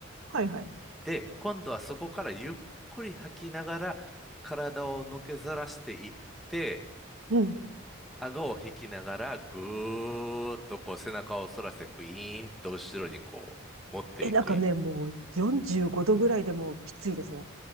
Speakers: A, on the right (about 80°); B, in the centre.
A: はい、はい。
B: で、今度はそこからゆっくり吐きながら、体をのけざらしていって、
A: うん。
B: 顎を引きながら、ぐーっとこう背中を反らせて、グイーンと後ろにこう持っていく。
A: え、なんかね、もう45度ぐらいでもうきついですね。